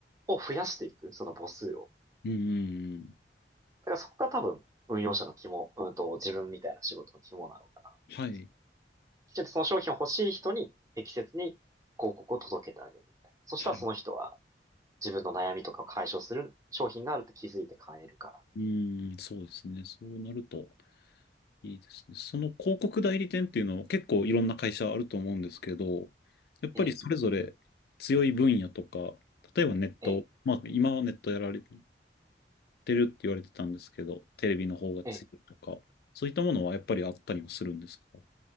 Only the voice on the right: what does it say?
を増やしていく、その母数を。
だからそこが多分、運用者の肝、うんと、自分みたいな仕事の肝なのかなっていう。
きちんとその商品を欲しい人に適切に広告を届けてあげるみたいな。そしたらその人は
自分の悩みとかを解消する商品があるって気づいて買えるから。
ええ、
ええ、
ええ。